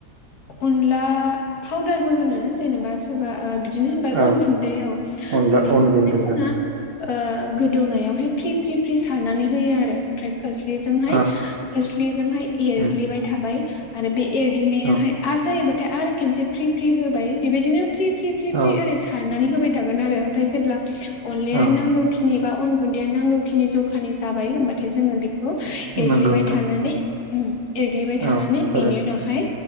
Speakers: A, on the left; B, on the right.
A: अनला पाउदारबो होनो जेनेबा सोरबा <unintelligible> दिनो होनबाय अन
B: औ
A: गुन्दैआव
B: अनला
A: बेखौहाय
B: अन गुन्दै
A: जोंहा
B: औ
A: ओ गोदौनायावहाय फ्रि फ्रि फ्रि सारनानै होयो आरो ओमफ्राय खोस्लिजोंहाय खोस्लिजोंहाय
B: औ
A: एरग्लिबाय
B: उम
A: थाबाय आरो बे एरग्लिनायाहाय
B: औ
A: आरो जायोबाथाय आरो खेनसे फ्रि फ्रि होबाय बेबायदिनो फ्रि फ्रि फ्रि फ्रि
B: औ
A: ओरै सारनानै होबाय थागोन आरो ओमफ्राय जेब्ला अनलायानो
B: औ
A: नांगौखिनि बा अन गुन्दैया नांगौखिनि जखानि जाबाय होमबाथाय जोङो बेखौ एरग्लिबाय
B: नंगौ नोंथां
A: थानानै एरग्लिबाय थानानै
B: औ थारैनो
A: बेनि उनावहाय